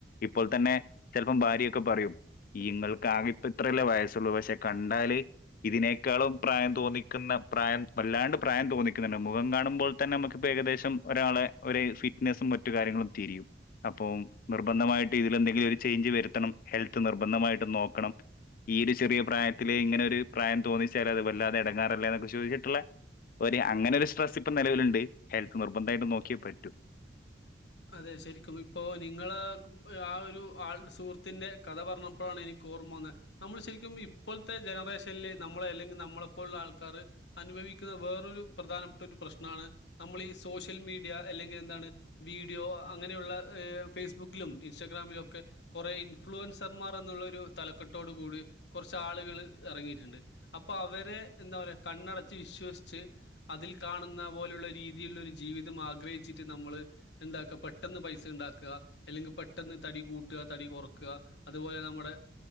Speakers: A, on the left; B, on the left.
A: ഇപ്പോൾ തന്നെ ചെലപ്പം ഭാര്യയൊക്കെ പറയും ഇങ്ങൾക്ക് ആകെ ഇപ്പ ഇത്രയല്ലേ വയസ്സുള്ളൂ പക്ഷെ കണ്ടാൽ ഇതിനേക്കാളും പ്രായം തോന്നിക്കുന്ന പ്രായം വല്ലാണ്ട് പ്രായം തോന്നിക്കുന്നുണ്ട് മുഖം കാണുമ്പോൾ തന്നെ നമുക്കിപ്പോ ഏകദേശം ഒരാളെ ഒരു ഫിറ്റ്നസും മറ്റു കാര്യങ്ങളും തിരിയും അപ്പം നിർബന്ധമായി ഇതില് എന്തെങ്കിലും ഒരു ചേഞ്ച് വരുത്തണം ഹെൽത്ത് നിർബന്ധമായിട്ട് നോക്കണം ഈ ഒരു ചെറിയ പ്രായത്തില് ഇങ്ങനെ ഒരു പ്രായം തോന്നിച്ചാൽ അത് വല്ലാതെ എടങ്ങാറല്ലേന്നൊക്കെ ചോദിച്ചിട്ടുള്ള ഒരു അങ്ങനെ ഒരു സ്ട്രെസ്സ് ഇപ്പ നിലവിലുണ്ട് ഹെൽത്ത് നിർബന്ധമായിട്ട് നോക്കിയേ പറ്റൂ
B: അതെ ശരിക്കും ഇപ്പോ നിങ്ങള് ആഹ് ഒരു ആ സുഹൃത്തിന്റെ കഥ പറഞ്ഞപ്പോഴാണ് എനിക്ക് ഓർമ്മ വന്നത് നമ്മൾ ശരിക്കും ഇപ്പോഴത്തെ ജനറേഷനെ നമ്മളെ അല്ലെങ്കിൽ നമ്മളെപ്പോലുള്ള ആൾക്കാര് അനുഭവിക്കുന്ന വേറൊരു പ്രധാനപ്പെട്ട ഒരു പ്രശ്നമാണ് നമ്മൾ ഈ സോഷ്യൽ മീഡിയ അല്ലെങ്കിൽ എന്താണ് വീഡിയോ അങ്ങനെയുള്ള ങ് ഫേസ്ബുക്കിലും ഇൻസ്റ്റാഗ്രാമിലും ഒക്കെ കൊറെ ഇൻഫ്ലുവൻസർമാർ എന്നുള്ളൊരു തലക്കെട്ടോടു കൂടി കുറച്ച് ആളുകൾ ഇറങ്ങിയിട്ടുണ്ട് അപ്പൊ അവരെ എന്താ പറയാ കണ്ണടച്ച് വിശ്വസിച്ച് അതിൽ കാണുന്ന പോലുള്ള രീതിലുള്ള ഒരു ജീവിതം ആഗ്രഹിച്ചിട്ട് നമ്മള് എന്താക്ക പെട്ടെന്ന് പൈസ ഇ ണ്ടാക്ക, അല്ലെങ്കി പെട്ടെന്ന് തടി കൂട്ട, തടി കൊർക്ക അതുപോലെ നമ്മുടെ